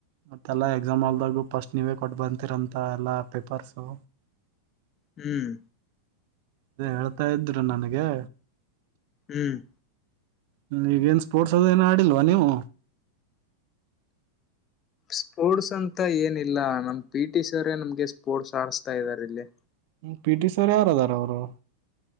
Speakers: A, on the right (about 50°); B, on the left (about 25°).
A: ಮತ್ತೆಲ್ಲ ಎಕ್ಸಾಮ್ ಆಲ್ದಾಗೂ ಫಸ್ಟ್ ನೀವೇ ಕೊಟ್ಟು ಬತ್ತಿರಂತಲ್ಲ ಎಲ್ಲ ಪೇಪರ್ಸು.
B: ಹ್ಮ್
A: ಅದೆ ಹೇಳ್ತಾ ಇದ್ರು ನನ್ಗೆ.
B: ಹ್ಮ್
A: ಹ್ಮ ಈಗೇನ್ ಸ್ಪೋರ್ಟ್ಸ್ ಅದು ಏನು ಆಡಿಲ್ವಾ ನೀವು.
B: ಸ್ಪೋರ್ಟ್ಸ್ ಅಂತ ಏನಿಲ್ಲ ನಮ್ ಪಿ ಟಿ ಸರೇ ನಮ್ಗೆ ಸ್ಪೋರ್ಟ್ಸ್ ಆಡ್ಸ್ತಾ ಇದಾರೆ ಇಲ್ಲಿ.
A: ಹ್ಮ ಪಿ ಟಿ ಸರ್ ಯಾರ್ ಇದಾರ್ ಅವ್ರು